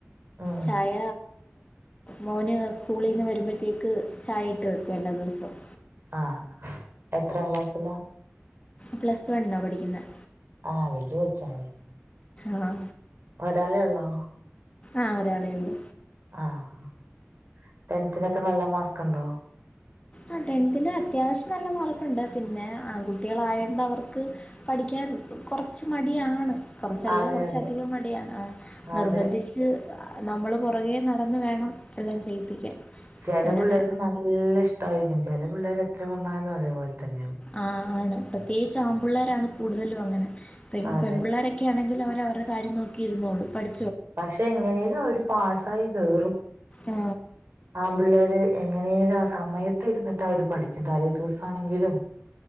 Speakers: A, on the right; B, on the left.
A: ഉം
B: ചായ മോന് സ്കൂളിൽന്ന് വരുമ്പോഴത്തേക്ക് ചായ ഇട്ട് വയ്ക്കും എല്ലാ ദിവസവും
A: ആഹ എത്ര ക്ലാസ്സില
B: പ്ലസ് വൺ എന്നാ പഠിക്കുന്നത്
A: ആഹ് വല്ിയ കൊ ച്ചല്ലേ
B: ആഹ
A: ഒരാളെ ഉള്ളോ
B: ആഹ ഒരാളെയൊള്ളു
A: ആഹ ടെൻത്തിനൊക്കെ നല്ല മാർക്ക്ുണ്ടോ
B: ആ ടെൻത്ത്ൽ അത്യാവ്ശ്യം നല്ല മാർക്ക്ണ്ട് പിന്നെ ആൺ കുട്ടിയാളായോണ്ട് അവർക്ക് പഠിക്ക കൊർച്ച് മടിയാണ് കൊർച്ചല്ല
A: അതെ
B: കൊർച്ചധികം
A: അതെ
B: അഹ് നിർബന്ധിച്ച്.
A: അതെ
B: ഹ് അ നമ്മൾ പൊറകെ നടന്ന് വേണം എല്ലാം ചെയ്യിപ്പിക്കാൻ.
A: ചെലെ
B: അല്ലാതെ
A: പിള്ളേർക്ക് നല്ല ഇഷ്ട്ടായിരിക്കും ചെല പിള്ളേർര് എത്ര പറഞ്ഞാലും അതേപോൽ തന്നെ.
B: ആഹ് ആണ് പ്രത്യേയ്ച്ച് ആമ്പുള്ളേരാണ് കൂട്തലും അങ്ങനെ പെൺ
A: അതെ
B: പെൺമ്പുള്ളേരൊക്കെണെങ്കി അവ അവര്ടെ കാര്യം നോക്കിയിരുന്നോളും പടി
A: പക്ഷെ എങ്ങനെലും അവര് പാസ്സായി കേറും
B: ആ,
A: ആൺപിള്ളേര്. എങ്ങനേലും ആ സമയത്ത് ഇരുന്നിട്ട് അവര് പഠിക്കും തലേ ദിവസം ആണെങ്കിലും.